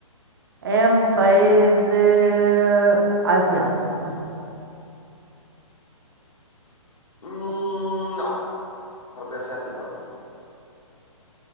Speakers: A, on the right; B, on the left.
A: è un paese asiatico.
B: Mm, no, proprio asiatico no.